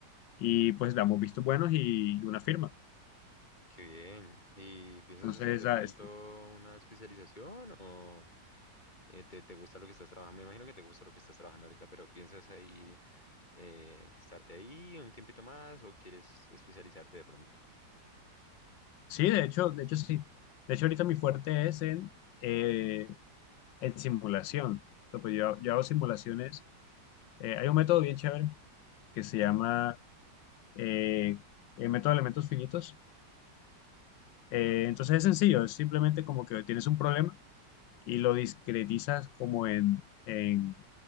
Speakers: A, on the left (about 85°); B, on the left (about 25°).
A: y pues damos vistos buenos y una firma.
B: Qué bien. ¿Y piensas
A: Entonces,
B: hacer
A: esa-
B: de pronto
A: es-
B: una especialización o eh, te, te gusta lo que estás trabajando? Me imagino que te gusta lo que estás trabajando ahorita, pero ¿piensas ahí eh, estarte ahí un tiempito más o quieres especializarte de pronto?
A: sí, de hecho, de hecho sí. De hecho, ahorita mi fuerte es en, eh, en simulación. O sea, pues yo, yo hago simulaciones. Eh, hay un método bien chévere que se llama eh, el método de elementos finitos. Eh, entonces es sencillo, es simplemente como que tienes un problema y lo discretizas como en, en,